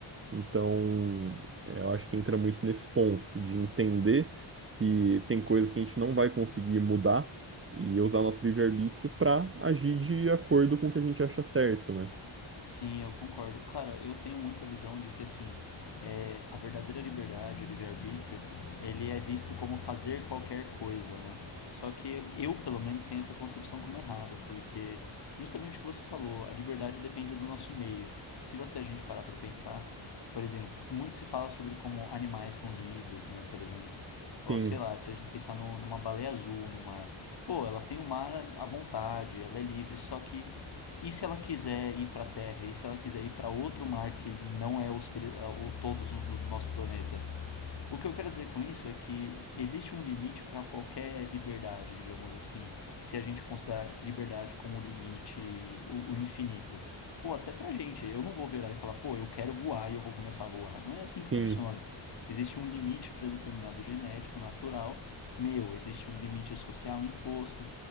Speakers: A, on the right (about 25°); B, on the left (about 55°).
A: Então, é, eu acho que entra muito nesse ponto de entender que tem coisas que a gente não vai conseguir mudar e usar nosso livre-arbítrio para agir de acordo com o que a gente acha certo, né?
B: Sim, eu concordo. Cara, eu tenho muito a visão de que assim, é, a verdadeira liberdade, o livre-arbítrio, ele é visto como fazer qualquer coisa, né? Só que eu, pelo menos, tenho essa concepção como errada, porque justamente o que você falou, a liberdade depende do nosso meio. Se você a gente parar para pensar, por exemplo, muito se fala sobre como animais são livres, né? Por exemplo, ou
A: Sim,
B: sei lá, se a gente pensar no- numa baleia azul no mar, pô, ela tem o mar à vontade, ela é livre, só que e se ela quiser ir para a Terra? E se ela quiser ir para outro mar que não é os que o- todos os do nosso planeta? O que eu quero dizer com isso é que existe um limite para qualquer liberdade, digamos assim, se a gente considerar liberdade como limite, o, o infinito. Pô, até pra gente, eu não vou virar e falar, pô, eu quero voar e eu vou começar a voar. Não é assim que funciona.
A: sim,
B: Existe um limite determinado genético, natural, meu, existe um limite social imposto.